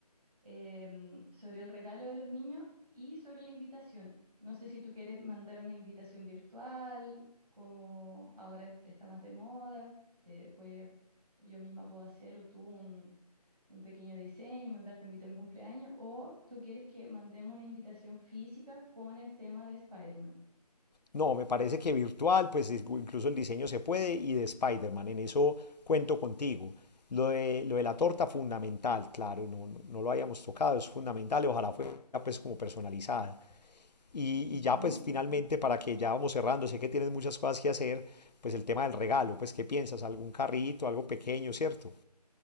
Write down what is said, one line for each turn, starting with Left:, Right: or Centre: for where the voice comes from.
Centre: em, sobre el regalo de los niños y sobre la invitación. No sé si tú quieres mandar una invitación virtual, como ahora es- está más de moda, se puede, yo misma puedo hacer o tú un, un pequeño diseño, mandarte invita a mi cumpleaños, o tú quieres que mandemos una invitación física con el tema de Spider-Man.
Left: No, me parece que virtual, pues incluso el diseño se puede y de Spider-Man, en eso cuento contigo. Lo de, lo de la torta, fundamental, claro, no, no- no lo habíamos tocado, es fundamental, y ojalá fuera pues como personalizada. Y,
Centre: Ujú.
Left: y ya pues finalmente, para que ya vamos cerrando, sé que tienes muchas cosas que hacer, pues el tema del regalo, pues ¿qué piensas? ¿Algún carrito, algo pequeño, cierto?